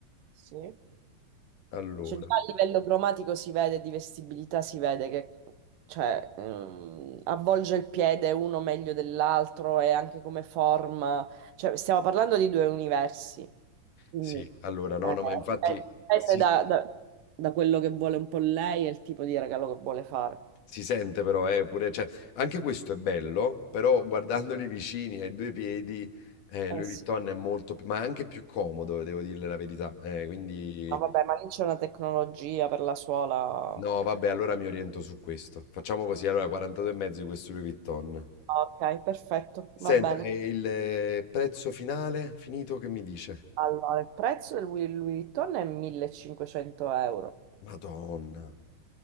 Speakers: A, on the right; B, on the left.
A: Sì.
B: Allora.
A: Cioè, già a livello cromatico si vede, di vestibilità si vede che cioè, ehm, avvolge il piede uno meglio dell'altro e anche come forma. Cioè, stiamo parlando di due universi. Quindi,
B: Sì, allora no,
A: eh,
B: no, ma infatti
A: dipende
B: si,
A: da, da- da quello che vuole un po' lei e il tipo di regalo che vuole fare.
B: si sente però, eh, pure, cioè, anche questo è bello, però guardandoli vicini ai due piedi, eh,
A: Eh
B: Louis
A: sì.
B: Vuitton è molto più, ma anche più comodo, devo dirle la verità. Eh, quindi,
A: Ma vabbè, ma lì c'è una tecnologia per la suola.
B: no, vabbè, allora mi oriento su questo. Facciamo così, allora 42 e mezzo di questo Louis Vuitton.
A: Ah, Ok, perfetto,
B: Senta,
A: va bene.
B: e il eh, prezzo finale, finito, che mi dice?
A: Allora, il prezzo del Louis Louis Vuitton è 1500 euro.
B: Madonna.